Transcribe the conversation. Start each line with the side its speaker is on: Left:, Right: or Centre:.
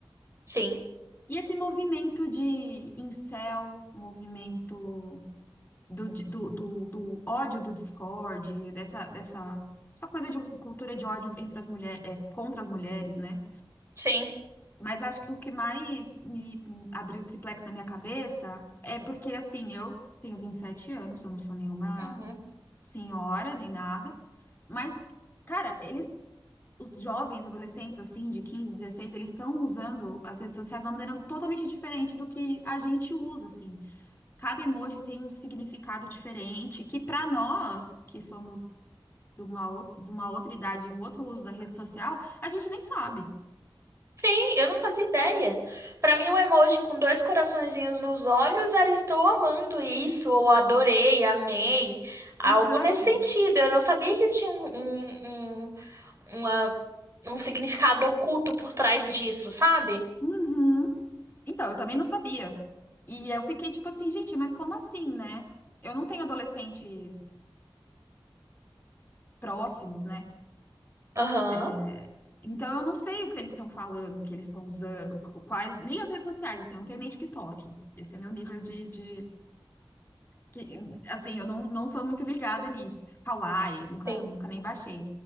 Right: Sim.
Left: E esse movimento de incel, movimento do, di- do, do, do ódio do Discord, dessa, dessa, essa coisa de cultura de ódio entre as mulheres, contra as mulheres, né?
Right: Sim.
Left: Mas acho que o que mais me abriu o triplex na minha cabeça é porque, assim, eu tenho 27 anos, eu não sou nenhuma
Right: Uhum.
Left: senhora nem nada, mas, cara, eles, os jovens, adolescentes, assim, de 15 16 eles estão usando as redes sociais de uma maneira totalmente diferente do que a gente usa, assim. Cada emoji tem um significado diferente, que pra nós, que somos de uma, ou- de uma outra idade e um outro uso da rede social, a gente nem sabe.
Right: Sim, eu não fazia ideia. Pra mim, o emoji com dois coraçõezinhos nos olhos era estou amando isso, ou adorei, amei. Algo
Left: Exato.
Right: nesse sentido. Eu não sabia que tinha um, um, um, uma- um significado oculto por trás disso, sabe?
Left: Uhum. Então, eu também não sabia. E eu fiquei tipo assim, gente, mas como assim, né? Eu não tenho adolescentes próximos, né?
Right: Aham.
Left: É, Então eu não sei o que eles estão falando, o que eles estão usando, o- o- quais, nem as redes sociais, assim, eu não tenho nem TikTok. Esse é meu nível de, de que- assim, eu não, não sou muito ligada nisso. Kawaii, nunca,
Right: Sim.
Left: nunca nem baixei.